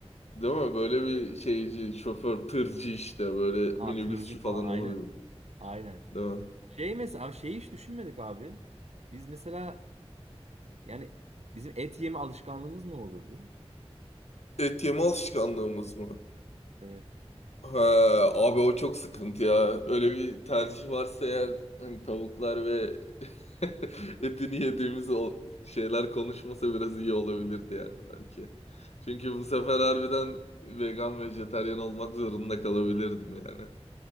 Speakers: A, on the left; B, on the right.
A: Değil mi? Böyle bir şeyci, şoför, tırcı işte böyle
B: Ha
A: minibüsçü
B: tırcı
A: falan
B: falan aynen.
A: olur mu?
B: Aynen.
A: Değil mi?
B: Şey mesela şeyi hiç düşünmedik abi. Biz mesela yani bizim et yeme alışkanlığımız ne olurdu?
A: Et yeme alışkanlığımız mı?
B: Evet.
A: Ha, abi o çok sıkıntı ya. Öyle bir tercih varsa eğer hani tavuklar ve <laughs> etini yediğimiz o şeyler konuşmasa biraz iyi olabilirdi yani belki. Çünkü bu sefer harbiden vegan, vejetaryen olmak zorunda kalabilirdim yani.